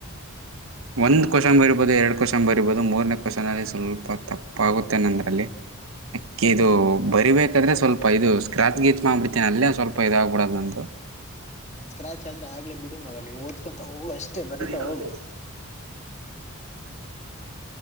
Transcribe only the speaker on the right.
ಒಂದ ಕ್ಯೂಸ್ಷನ್ ಬರಿಬೊದು ಎರಡ ಕ್ಯೂಸ್ಷನ್ ಬರೀಬೋದು ಮೂರನೇ ಕ್ವಶನಲ್ಲಿ ಸ್ವಲ್ಪ ತಪ್ಪಾಗುತ್ತೆ ನಂದ್ರಲ್ಲಿ ಅಕ್ಕ ಇದು ಬರಿಬೇಕಾದ್ರೆ ಸ್ವಲ್ಪ ಇದು ಸ್ಕ್ರಾಚ್ ಗೀಚ್ ಮಾಡ್ಬಿಡ್ತೀನಿ ಅಲ್ಲೇ ಸ್ವಲ್ಪ ಇದ ಆಗಬಿಡೋದು ನಂದು
<unintelligible>